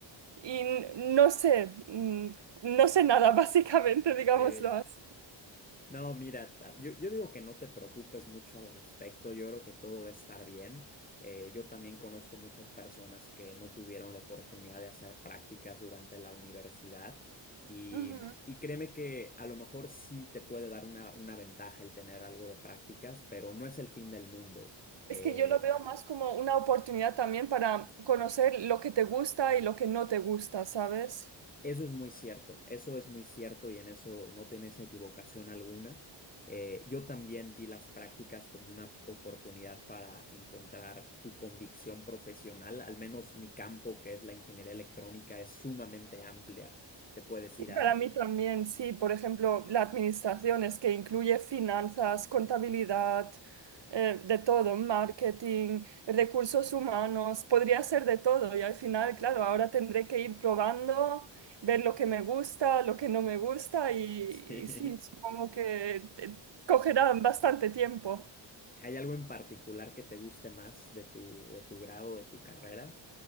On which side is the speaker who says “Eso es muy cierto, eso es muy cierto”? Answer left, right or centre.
Left